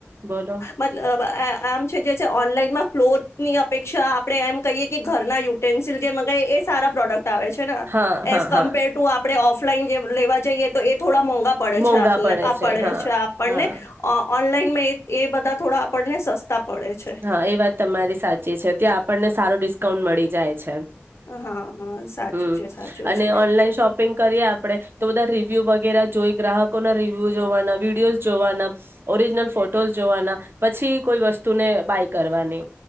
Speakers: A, on the right; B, on the left.
A: બોલો.
B: મતલબ આમ છે જે ઓનલાનમાં ક્લોથની અપેક્ષા આપણે એમ કહીએ કે ઘરના યુટેન્સિલ જે મગાવ એ સારા પ્રોડક્ટ આવે છે ને,
A: હા
B: એ
A: હા
B: કમ્પેર
A: હા
B: ટુ આપણે ઓફલાઈન જે લેવા જઈએ તો એ થોડા મોંઘા પડે
A: મોંઘા
B: છે આપને આ પડે
A: હા
B: છે. આપણને.
A: હા
B: ઓનલાઈનમાં એ એ બધા થોડા આપણને સસ્તા પડે છે
A: હા એ વાત તમારી સાચી છે ત્યાં આપણને સો ડિસ્કાઉન્ટ મળે જાય છે,
B: હા હા સાચું
A: હ
B: છે સાચું
A: અને
B: છે
A: ઓનલાઈન શોપિંગ કરીએ આપણે તો બધા રિવ્યુ વગેરે જોઈ ગ્રાહકોના રિવ્યુ જોવાના વિડીયોઝ જોવાના, ઓરિજનલ ફોટોસ જોવાના, પછી કોઈ વસ્તુ તુને બાય કરવાની.